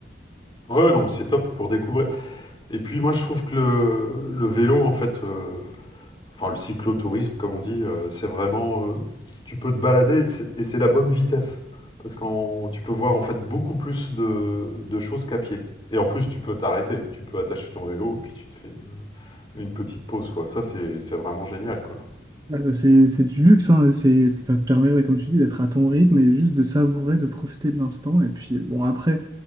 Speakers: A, on the left; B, on the right.
A: ouais non mais c'est top pour découvrir. Et puis moi je trouve que le, le vélo en fait euh, enfin le cyclotourisme, comme on dit, euh, c'est vraiment, euh, tu peux te balader et c'est- et c'est la bonne vitesse. Parce que tu peux voir en fait beaucoup plus de, de choses qu'à pied. Et en plus, tu peux t'arrêter, tu peux attacher ton vélo, puis tu te fais une, une petite pause, quoi. Ça, c'est c'est vraiment génial, quoi.
B: Ah, C'est c'est du luxe, hein, c'est, ça te permet, ouais, comme tu dis, d'être à ton rythme et juste de savourer, de profiter de l'instant. Et puis, bon, après,